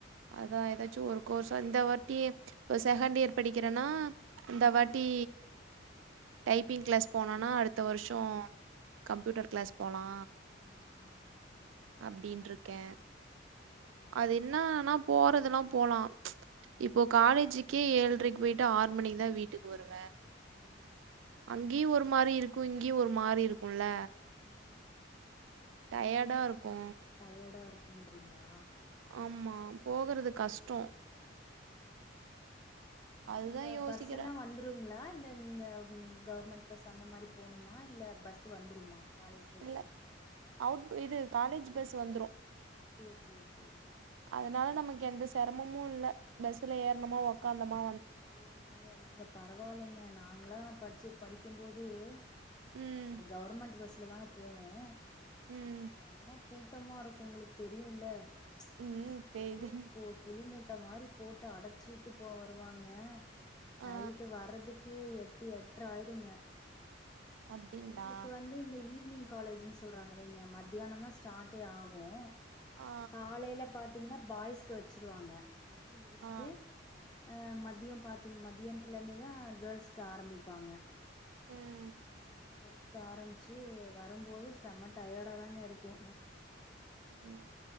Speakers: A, on the right (about 85°); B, on the left (about 20°).
A: அதா எதாச்சு ஒரு கோர்சா இந்த வாட்டி இப்ப செகண்ட் இயர் படிக்கிறேன்னா இந்த வாட்டி டைப்பிங் கிளாஸ் போனோனா அடுத்த வர்ஷோ கம்ப்யூட்டர் கிளாஸ் போலா
B: ஆமாம் ஆமாங்க
A: அப்டின்ருக்கே
B: ஓ செ
A: அது என்ன ஆனா போறதுல்லா போலா
B: ஆ
A: இப்போ காலேஜிக் கே ஏழ்ரைக் போயிட்டு ஆற் மணிக் தா வீட்டுக் வருவே
B: ஓ சேரி
A: அங்கியு
B: சேரிங்க
A: ஒரு மாரி இருக்கு இங்கியு ஒரு மாரி இருக்குல்ல
B: ம் ஆமா
A: டயடா இருக்கு
B: டயடா இருக்குன்றிங்களா
A: ஆமா போகறது கஷ்டோ
B: ஆமா ஆமா
A: அதுதான்
B: ப்டி அ
A: யோசிக்கிறேன்.
B: பஸ் எல்லா வந்துருங்லா இல்ல நீங்க ம் கவர்மெண்ட் பஸ் அந்த மாரி போணும்மா இல்ல பஸ்ஸூ வந்துரும்மா காலேஜ் பஸ்ஸு
A: இல்ல அவுட் இது காலேஜ் பஸ் வந்துரு
B: சேர் சேர் சேரி
A: அதனால நமக்கு எந்த செரமமு இல்ல பஸ்ல ஏற்னமோ உக்காந்தமா
B: ஐயோ நீங்க நீங்க பரவாயில்லைங்க நாங்களா படிச்சு படிக்கும்போது ஆ
A: ம்
B: கவர்மெண்ட் பஸ்ல தாங்க போன்னு
A: ம்
B: ஓ செம்ம கூட்டமா இருக்கு உங்களுக்கு தெரியுல்ல
A: ம்
B: சப்டியே
A: தெரிது
B: போ புலி மூட்ட மாரி போட்டு அடச்சிட்டு போ வருவாங்க
A: ஆ
B: நைட்டு வர்றதுக்கு எட்டு எட் திராயிடுங்க
A: அப்டிங்களா
B: எங்களுக்கு வந்து இந்த ஈவினிங் காலேஜ்ன்னு சொல்றாங்கலைங்க மத்தியானந்தா ஸ்டார்டே ஆகு
A: ஆ
B: காலேல பாத்தீங்ன்னா பாய்ஸ்க்கு வச்சுருவாங்க வச்சு முடுச்ட்டு
A: ஆ
B: அ மதியம் பாத்தீங்க மதியானத்துல இருந்து தா கேர்ள்ஸ்க்கு ஆரம்பிப்பாங்க
A: ம்
B: கேர்ள்ஸ்க்கு ஆரம்பிச்சு வரும்போது செம்ம டயடா தாங்க இருக்கு
A: ம்